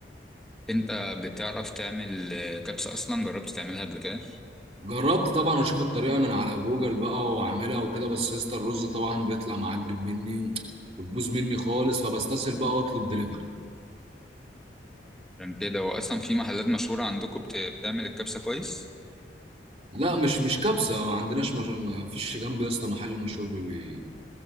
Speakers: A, in the centre; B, on the right (about 35°).
A: انت بتعرف تعمل آه، كبسه اصلا جربت تعملها قبل كده
B: جربت طبعا اشوف الطريقه من على جوجل بقى واعملها وكده بس يا اسطى الرز طبعا بيطلع معجب مني وتبوظ مني خالص فبستسهل بقى واطلب دليفري
A: عشان كده هو اصلا في محلات مشهورة عندكم بت- بتعمل الكبسة كويس
B: لا مش مش كبسه ما عندناش مش... ما فيش جنبي يا اسطى محل مشهور بي...